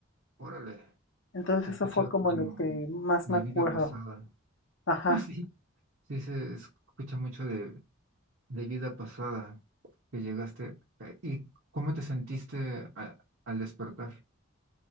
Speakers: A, on the right; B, on the left.
A: Órale.
B: Entonces
A: se escucha
B: eso fue
A: como
B: como lo que más
A: de
B: me acuerdo.
A: vida pasada.
B: Ajá.
A: <laughs> Ah, sí. Sí, se escucha mucho de, de vida pasada que llegaste. eh, ¿Y cómo te sentiste a- al despertar?